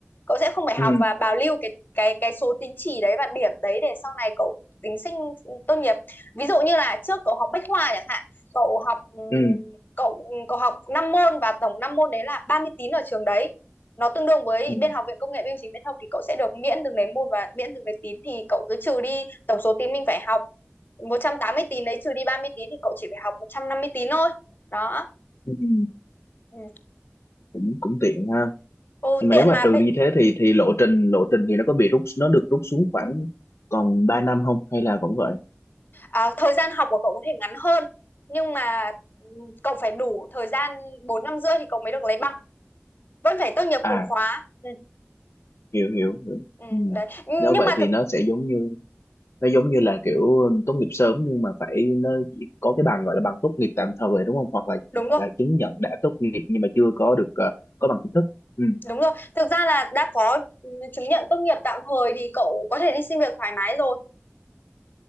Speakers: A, on the left; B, on the left.
A: cậu sẽ không phải học
B: ừ
A: và bảo lưu cái cái cái số tín chỉ đấy và điểm đấy để sau này cậu tính sinh tốt nghiệp ví dụ như là trước cậu học bách khoa chẳng hạn cậu học ừ,
B: ừ
A: cậu cậu học năm môn và tổng 5 môn đấy là ba mươi tín ở trường đấy nó tương đương với
B: ừ
A: bên học viện công nghệ bưu chính viễn thông thì cậu sẽ được miễn từng đấy môn và miễn từng đấy tín thì cậu cứ trừ đi tổng số tín mình phải học 180 tín đấy trừ đi ba mươi tín thì cậu chỉ phải học 150 tín thôi đó
B: ừ.
A: ừ.
B: cũng cũng tiện ha
A: ừ
B: nhưng
A: tiện
B: mà nếu mà
A: mà
B: trừ đi thế thì thì lộ trình lộ trình thì nó có bị rút nó được rút xuống khoảng còn ba năm không hay là vẫn vậy
A: à, thời gian học của cậu có thể ngắn hơn nhưng mà ừ, cậu phải đủ thời gian 4 năm rưỡi thì cậu mới được lấy bằng vẫn phải tốt nghiệp
B: à
A: cùng khóa ừ,
B: hiểu hiểu hiểu
A: ừ,
B: ừ.
A: đấy nhưng
B: nếu vậy
A: mà
B: thì
A: thực
B: nó sẽ giống như nó giống như là kiểu tốt nghiệp sớm nhưng mà phải nó chỉ có cái bằng gọi là bằng tốt nghiệp tạm thời đúng không hoặc là
A: đúng
B: hoặc
A: rồi
B: là chứng nhận đã tốt nghiệp nhưng mà chưa có được ờ, có bằng chính thức ừ,
A: Đúng rồi, thực ra là đã có ừ, chứng nhận tốt nghiệp tạm thời thì cậu có thể đi xin việc thoải mái rồi.